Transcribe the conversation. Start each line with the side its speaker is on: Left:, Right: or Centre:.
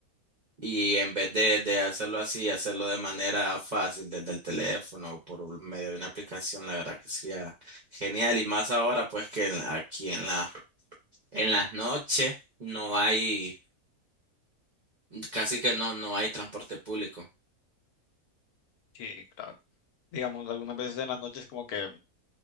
Right: y en vez de, de hacerlo así, hacerlo de manera fácil, desde el teléfono o por un- medio de una aplicación, la verdad que sería genial. Y más ahora, pues que en- aquí en la, en las noches no hay. Casi que no, no hay transporte público.
Left: Sí, claro. Digamos, algunas veces en las noches como que,